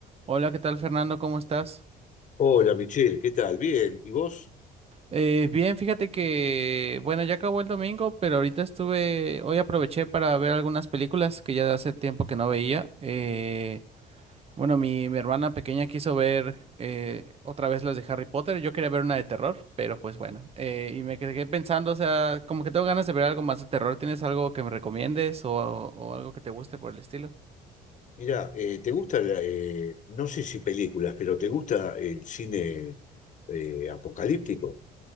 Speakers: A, on the right; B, on the left.
A: Hola, ¿qué tal Fernando? ¿Cómo estás?
B: Hola Michelle, ¿qué tal? Bien, ¿y vos?
A: Eh, bien, fíjate que, bueno, ya acabó el domingo, pero ahorita estuve, hoy aproveché para ver algunas películas que ya hace tiempo que no veía. Eh, bueno, mi, mi hermana pequeña quiso ver eh, otra vez las de Harry Potter, yo quería ver una de terror, pero pues bueno, eh, y me quedé pensando, o sea, como que tengo ganas de ver algo más de terror, ¿tienes algo que me recomiendes o, o algo que te guste por el estilo?
B: Mirá, eh, ¿te gusta, la- eh, no sé si películas, pero ¿te gusta el cine eh, apocalíptico?